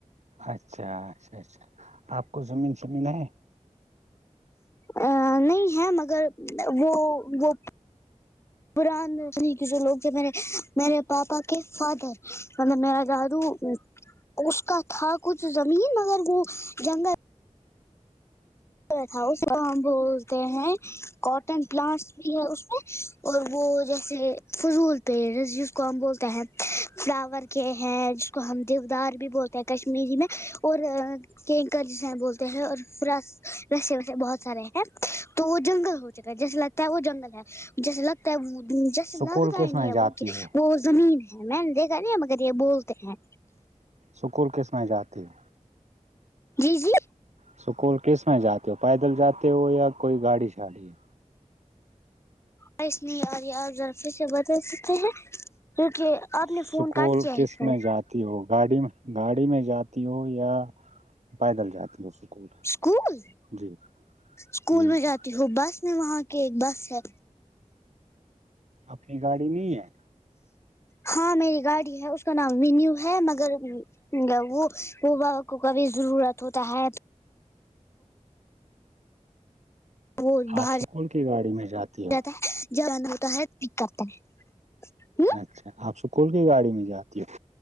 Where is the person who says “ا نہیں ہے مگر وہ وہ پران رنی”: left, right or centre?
Left